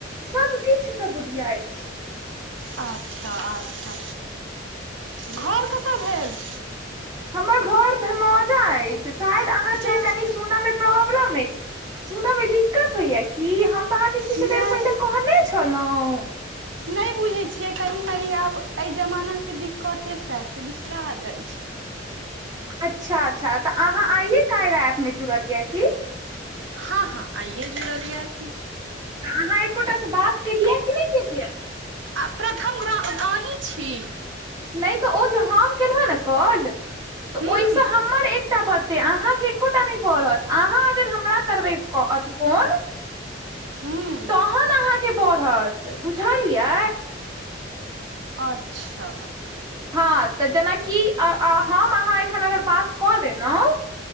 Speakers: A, on the right (about 20°); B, on the right (about 80°).
A: सब किछु सऽ बुधियैर छि।
B: अच्छा- अच्छा, घऽर कतऽ भेल?
A: हमर घर धनौजा अछि, शायद अहाँके
B: जा
A: कनि सुनऽ मे प्रोब्लम अछि, सुनय मे दिक्कत होये की, हम तऽ अहाॅंके किछु
B: नहि
A: देर पहिले कहने छलहुँं।
B: नहि बुझे छीये कनी-मनी आब अय जमाना के दिक्कते सेह छै, विसरा जाय छै।
A: अच्छा -अच्छा तऽ अहाँ आये कायरा एप मे जुड़लये ये की।
B: हँ- हँ आइये जुड़लिये की।
A: अहाँ एकोटास स बात केलियै कि नहि केलियै।
B: आ प्रथम रा अहीँ छी।
A: नहि तऽ ओ जे हम केलहु ने काॅल तऽ
B: हूँ
A: ओहिसँ हमर एकटा बर्त तऽ अहाँके एकोटा नहि बढ़त, दो अहाँ अगर हमरा करबै फोन।
B: हू्ंउ
A: तहन अहाँके बढ़त बुझलियै।
B: अच्छा।
A: हँ तऽ जेनाकि हम अहाँ एखन अगर बात कऽ लेलंहु।